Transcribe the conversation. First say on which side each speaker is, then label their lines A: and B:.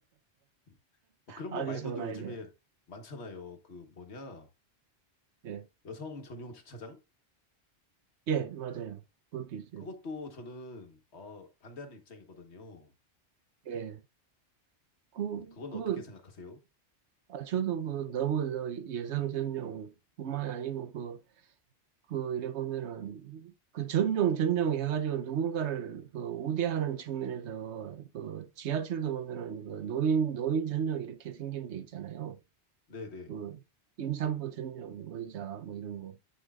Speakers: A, on the left; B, on the right.
A: 음. 뭐 그런
B: 아주
A: 거 말고도
B: 좋은 아이디어
A: 요즘에
B: 같아요.
A: 많잖아요. 그 뭐냐?
B: 예,
A: 여성 전용 주차장?
B: 예, 맞아요. 그것도 있어요.
A: 그것도 저는 어, 반대하는 입장이거든요.
B: 예, 그,
A: 음, 그건
B: 그,
A: 어떻게 생각하세요?
B: 아, 저도 그 너무 저 여성 전용뿐만 아니고 그 그 이래 보면은 그 전용 전용 해가지고 누군가를 그 우대하는 측면에서 그 지하철도 보면은 그 노인 노인 전용 이렇게 생긴 데 있잖아요.
A: 네네.
B: 그 임산부 전용 뭐 의자 뭐 이런 거.